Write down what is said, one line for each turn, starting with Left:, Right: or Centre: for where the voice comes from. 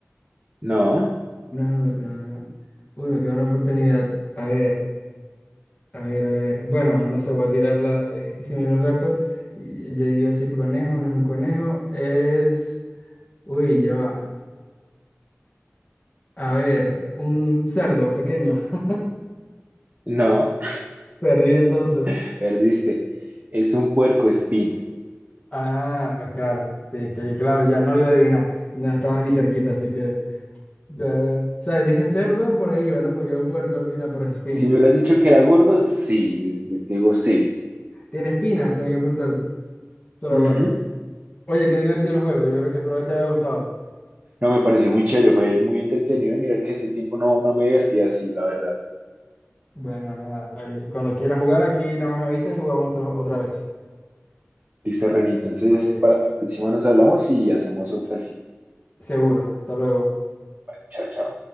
Right: no,
Left: No es un hurón. Uy, me queda una oportunidad. A ver. A ver, a ver. Bueno, no sé, voy a tirarla. Es que si me era un gato, y- yo iba a decir conejo, no es un conejo, es... Uy, ya va. A ver, un cerdo pequeño. <laughs>
Right: no.
Left: Perdí entonces.
Right: <laughs> Perdiste. Es un puercoespín.
Left: Ah, pues claro, sí, que claro, ya no lo iba a adivinar. No estaba ni cerquita, así que... ya- ¿Sabes? Dije cerdo, por ahí iba, ¿no? Porque era un puerco al final, pero es espín.
Right: Si me hubieras dicho que era gordo, sí, digo sí.
Left: ¿Tiene espinas? Tenía que preguntarte. Pero
Right: Ujú.
Left: bueno. Oye, qué divertido el juego. Yo creo que espero que te haya gustado.
Right: No, me pareció muy chévere, fue muy entretenido y mira que ese tiempo no, no me divertía así, la verdad.
Left: Bueno, nada, ahí, cuando quieras jugar aquí, nada más me avisas y jugamos otro- otra vez.
Right: Listo, René, entonces
Left: Vale,
Right: para la próxima nos hablamos y hacemos otra así.
Left: seguro. Hasta luego.
Right: Chao, chao.